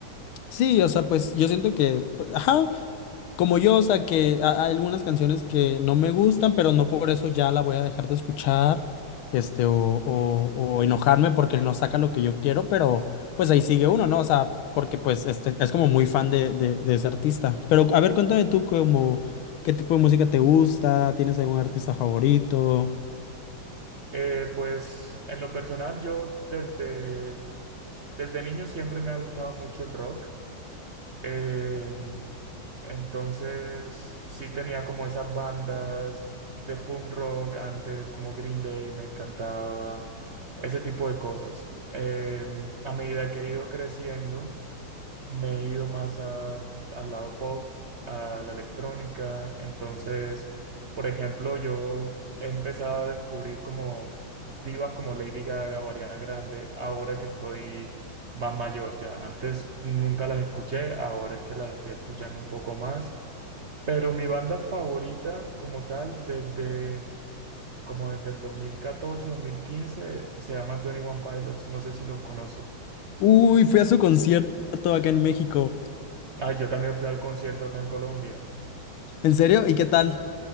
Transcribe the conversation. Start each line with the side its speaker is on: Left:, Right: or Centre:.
Left: Sí, o sea, pues yo siento que, pues, ajá, como yo, o sea, que ha- hay algunas canciones que no me gustan, pero no por eso ya la voy a dejar de escuchar, este, o, o, o enojarme porque no saca lo que yo quiero, pero pues ahí sigue uno, ¿no? O sea, porque pues este, es como muy fan de, de, de ese artista. Pero a ver, cuéntame tú como, ¿qué tipo de música te gusta? ¿Tienes algún artista favorito?
Right: Eh, pues en lo personal, yo desde, desde niño siempre me ha gustado mucho el rock. Eh, entonces, sí tenía como esas bandas de punk rock antes, como Green Day, me encantaba, ese tipo de cosas. Eh, a medida que he ido creciendo, me he ido más a- al lado pop, a la electrónica. Entonces, por ejemplo, yo he empezado a descubrir como divas como Lady Gaga o Ariana Grande ahora que estoy más mayor ya. Antes nunca las escuché, ahora es que las estoy escuchando un poco más. Pero mi banda favorita como tal desde... Como desde el 2014, 2015, se llama Twenty One Pilots, no sé si los conoces.
Left: Uy, fui a su concierto acá en México.
Right: Ah, yo también fui al concierto acá en Colombia.
Left: ¿En serio? ¿Y qué tal?